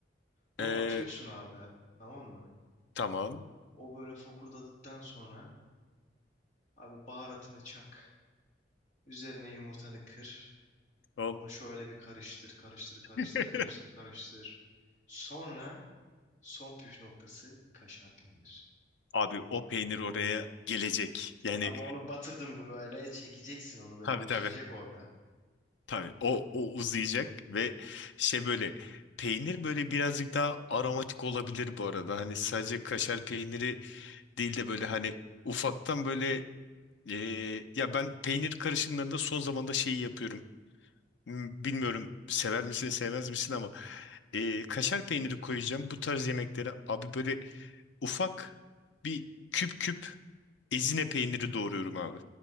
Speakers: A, on the left; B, on the left.
A: Onu
B: Ee,
A: atıyorsun abi tamam mı?
B: tamam.
A: O böyle fokurdadıktan sonra abi baharatını çak. Üzerine yumurtanı kır.
B: Hop.
A: Onu şöyle bir karıştır karıştır karıştır
B: <laughs>
A: karıştır karıştır. Sonra son püf noktası kaşar peynir.
B: Abi o peynir oraya gelecek. Yani
A: Abi onu batırdın mı böyle çekeceksin onu böyle
B: tabii
A: uzayacak
B: tabii.
A: orada.
B: Tabii o, o uzayacak ve şey böyle peynir böyle birazcık daha aromatik olabilir bu arada. Hani sadece kaşar peyniri değil de böyle hani ufaktan böyle e, ya ben peynir karışımlarında son zamanda şeyi yapıyorum. Hmm, Bilmiyorum sever misin sevmez misin ama e, kaşar peyniri koyacağım bu tarz yemeklere abi böyle ufak bir küp küp ezine peyniri doğruyorum abi.